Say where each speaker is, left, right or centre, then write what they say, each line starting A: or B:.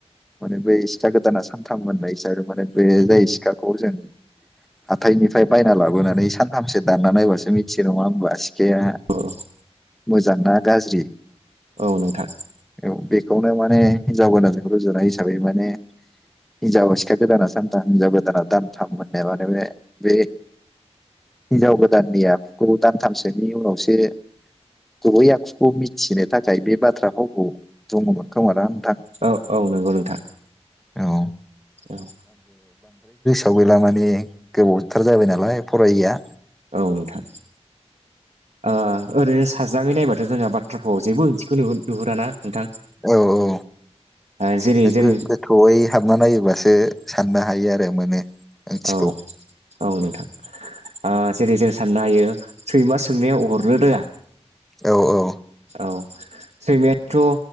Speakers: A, in the centre; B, on the right.
A: माने बै सिखा गोदाना सानथाम होननाय हिसाबै माने बे जाय सिखाखौ जों हाथायनिफ्राय बायना लाबोनानै सानथामसो दानना नायबासो मिथियो नङा होमबा सि खाया
B: नोंथां
A: मोज जांना गाज्रि
B: औ नोंथां
A: औ बेखौनो माने हिनजाव गोदान जों हिसाबै माने हिनजाव सिखा गोदाना सानथाम हिनजाव गोदाना दानथाम मोननाय माने बे बे हिनजाव गोदाननि आखुखौ दानथामसोनि उनावसो गुबै आखुखौ मिथिनो थाखाय बे बाथ्रा फावखौ दंङ मोन खोमाना
B: औ औ नंगौ नोंथां
A: औ
B: औ
A: आव गैला माने गोबावथार जाबाय नालाय फरायैआ
B: औ नोंथां ओ ओरैनो साज्राङै नायबाथ' जोंहा बा थ्राफ्राव जेबो ओंथिखौनो नुहुन नुहुराना नोंथां
A: औ औ
B: ओ जेरै
A: नोंगो
B: जों
A: गोथौयै हाबना नायोबासो सानना हायो आरो मोनो ओंथिखौ
B: औ औ नोंथां ओ जेरै जों साननो हायो सैमा सोंनाया अरनो रोङा
A: औ औ
B: ओ औ सैमायाथ'